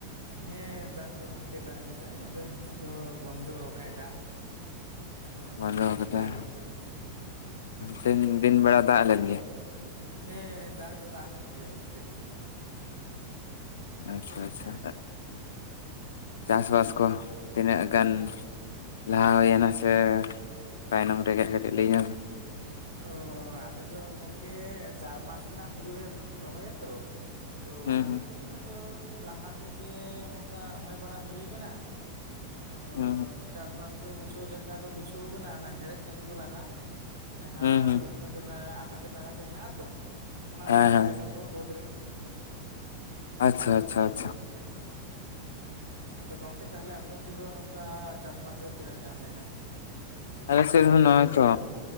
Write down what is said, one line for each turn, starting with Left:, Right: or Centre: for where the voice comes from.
Right: ᱦᱮᱸ ᱫᱟᱜ ᱫᱚ ᱜᱚᱝᱠᱮ ᱫᱟᱜ ᱞᱮᱫᱟᱭ ᱟᱫᱚ ᱱᱤᱛᱚᱜ ᱫᱚ ᱵᱚᱱᱫᱚ ᱟᱠᱟᱫᱟᱭ ᱫᱟᱜ᱾ <unintelligible>
Left: ᱵᱚᱱᱫᱚ
Right: ᱱᱤᱛᱚᱜ ᱫᱚ
Left: ᱠᱟᱫᱟᱭ,
Right: ᱵᱟᱭ ᱦᱩᱭᱩᱜ ᱠᱟᱱᱟ
Left: ᱛᱮᱦᱮᱧ ᱫᱤᱱ ᱵᱮᱲᱟ ᱫᱟᱜ ᱞᱮᱫ ᱜᱮᱭᱟ
Right: ᱦᱮᱸ ᱫᱟᱜ ᱫᱚ ᱫᱟᱜ ᱞᱮᱫ ᱜᱮᱭᱟ ᱜᱚᱝᱠᱮ ᱛᱮᱦᱮᱧ ᱫᱚ᱾
Left: ᱟᱪᱪᱷᱟ ᱟᱪᱪᱷᱟ ᱪᱟᱥ-ᱵᱟᱥ ᱠᱚ ᱛᱤᱱᱟᱹᱜ ᱜᱟᱱ ᱞᱟᱦᱟ ᱦᱩᱭᱱᱟ ᱥᱮ ᱛᱟᱭᱱᱚᱢ ᱨᱮᱜᱮ ᱠᱟᱹᱴᱤᱡ ᱞᱟᱹᱭ ᱧᱚᱜ ᱢᱮ᱾
Right: ᱚ ᱟᱞᱮ ᱫᱚ ᱜᱚᱢᱠᱮ ᱪᱟᱨ ᱢᱟᱥ ᱨᱮᱱᱟᱜ ᱦᱩᱲᱩ ᱞᱮ ᱨᱚᱦᱚᱭᱟ ᱛᱚ ᱛᱚ
Left: ᱦᱩᱸ
Right: ᱚᱱᱟ
Left: ᱦᱩᱸ
Right: ᱠᱷᱟᱹᱛᱤᱨ ᱟᱫᱚ ᱞᱟᱦᱟ ᱛᱮᱜᱮ ᱱᱚᱝᱠᱟ ᱨᱚᱦᱚᱭ ᱵᱟᱲᱟ ᱦᱩᱭ ᱠᱟᱱᱟ᱾ ᱟᱫᱚ
Left: ᱦᱩᱸ
Right: ᱪᱟᱥ ᱵᱟᱥ ᱫᱚ ᱜᱩᱪᱷᱟᱹᱣ ᱞᱮᱠᱟ ᱫᱚ ᱜᱩᱪᱷᱟᱹᱣ ᱠᱟᱱᱟ ᱚᱱᱟ ᱦᱮᱲᱦᱮᱫ ᱠᱟᱹᱢᱤ ᱠᱚ ᱞᱟᱜᱟᱜᱼᱟ᱾ ᱡᱟᱦᱟᱸ
Left: ᱦᱩᱸ ᱦᱩᱸ
Right: ᱵᱤᱵᱷᱤᱱᱱᱚ ᱫᱷᱚᱨᱚᱱᱮ ᱟᱜᱟᱪᱷᱟ ᱴᱟᱠᱟᱪᱟ ᱦᱮᱱᱟᱜ ᱟ ᱛᱚ, ᱚᱱᱟ
Left: ᱦᱮᱸ
Right: ᱠᱚᱠᱚ ᱦᱮᱲᱮᱫ
Left: ᱦᱮᱸ
Right: ᱟᱠᱚ ᱵᱟᱹᱫᱽ ᱨᱮ᱾
Left: ᱟᱪᱪᱷᱟ ᱟᱪᱪᱷᱟ ᱟᱪᱪᱷᱟ
Right: ᱟᱫᱚ ᱜᱚᱝᱠᱮ ᱛᱟᱦᱞᱮ ᱟᱯᱮ ᱚᱱᱛᱮ ᱫᱚ ᱱᱚᱝᱠᱟ ᱪᱟᱥ ᱵᱟᱥ ᱫᱚ ᱛᱤᱱᱟᱹᱜ ᱴᱟᱜ ᱦᱩᱭᱱᱟ
Left: ᱟᱞᱮ ᱥᱮᱫ ᱦᱚᱸ ᱱᱚᱦᱚᱭ ᱛᱚ,